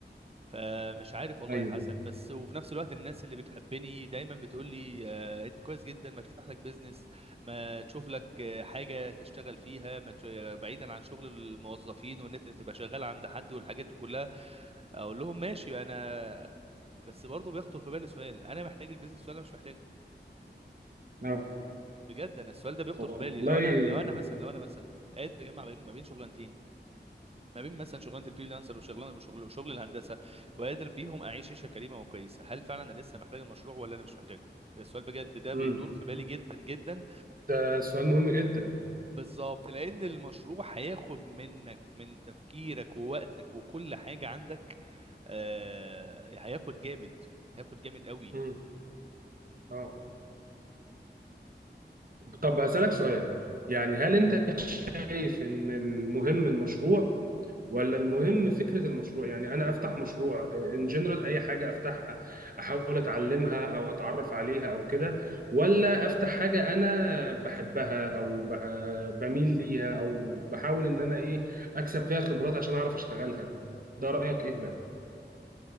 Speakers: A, on the right; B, on the right.
A: فمش عارف والله
B: ايوه
A: يا حسن بس وفي نفس الوقت الناس اللي بتحبني دايما بتقول لي آه، انت كويس جدا ما تفتح لك بيزنس ما تشوف لك آه، حاجه تشتغل فيها ما ت- بعيدا عن شغل الموظفين وان انت تبقى شغال عند حد والحاجات دي كلها اقول لهم ماشي انا بس برضه بيخطر في بالي سؤال انا محتاج البيزنس ولا مش محتاجه
B: اه
A: بجد انا السؤال ده بيخطر
B: والله
A: في بالي لو انا لو انا مثلا لو انا مثلا قادر اجمع بين- ما بين شغلانتين ما بين مثلا شغلانه الفريلانسر وشغلانه وشغل وشغل الهندسه وقادر بيهم اعيش عيشه كريمه وكويسه هل فعلا انا لسه محتاج المشروع ولا انا مش محتاجه ده السؤال بجد ده
B: مم.
A: بيدور في بالي جدا جدا
B: ده سؤال مهم جدا
A: وبالظبط لان المشروع هياخد منك من تفكيرك ووقتك وكل حاجه عندك آه هياخد جامد هياخد جامد قوي
B: مم. اه طب هسالك سؤال يعني هل انت شايف ان المهم المشروع ولا المهم فكرة المشروع يعني أنا أفتح مشروع إن جنرال أي حاجة أفتحها أحاول أتعلمها أو أتعرف عليها أو كده ولا أفتح حاجة أنا بحبها أو بح- بميل ليها أو بحاول إن أنا إيه أكسب فيها خبرات عشان أعرف أشتغلها ده رأيك إيه في ده؟